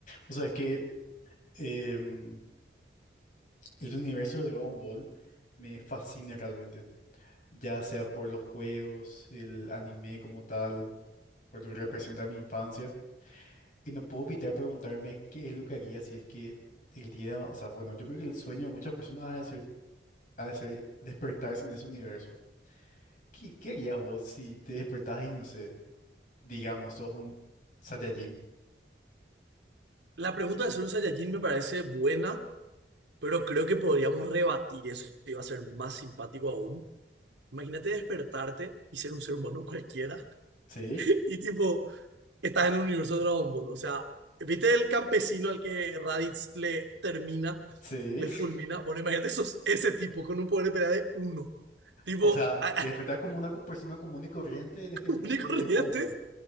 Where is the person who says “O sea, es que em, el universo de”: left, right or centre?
Left